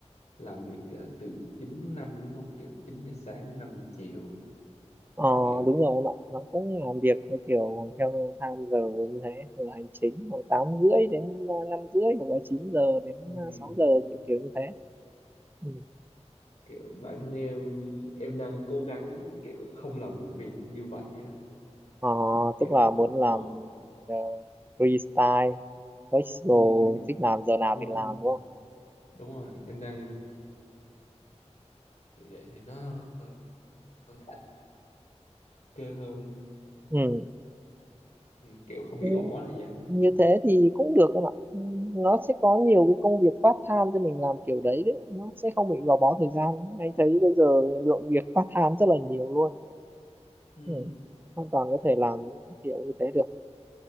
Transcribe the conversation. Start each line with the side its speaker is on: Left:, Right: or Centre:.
Left: làm việc ờ, từ 9 đến 5 đúng không? Kiểu 9 giờ sáng đến 5 giờ chiều
Right: ờ
Left: cái kiểu
Right: đúng
Left: vậy.
Right: rồi em ạ nó cũng làm việc theo kiểu theo time giờ như thế từ hành chính khoảng tám rưỡi đến ờ, năm rưỡi hoặc là chín giờ đến
Left: Ừm,
Right: ờ, sáu giờ kiểu kiểu như thế ừ.
Left: kiểu bản thân em em đang cố gắng kiểu không làm việc như vậy á,
Right: ờ,
Left: kiểu
Right: tức là muốn làm
Left: ờ
Right: ờ, freestyle flexible
Left: ừm,
Right: thích làm giờ nào
Left: đúng rồi,
Right: thì làm đúng không
Left: đúng rồi, em đang kiểu vậy thì nó ờ, ok hơn,
Right: ừ
Left: Ừm, kiểu không bị
Right: Ừ,
Left: gò bó thời gian.
Right: như thế thì cũng được em ạ Ừ, nó sẽ có nhiều cái công việc part time cho mình làm kiểu đấy, đấy. nó sẽ không bị gò bó thời gian anh thấy bây giờ lượng việc part time rất là nhiều luôn
Left: Ừm,
Right: ừ. hoàn toàn có thể làm kiểu như thế được